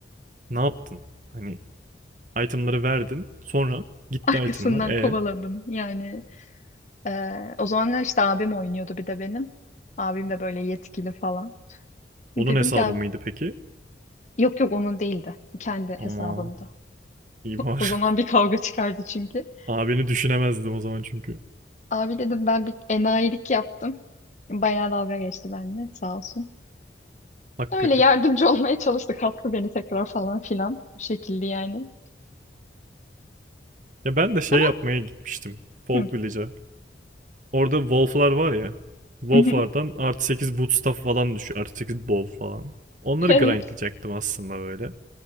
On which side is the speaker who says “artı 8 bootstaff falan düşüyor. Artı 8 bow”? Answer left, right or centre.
Right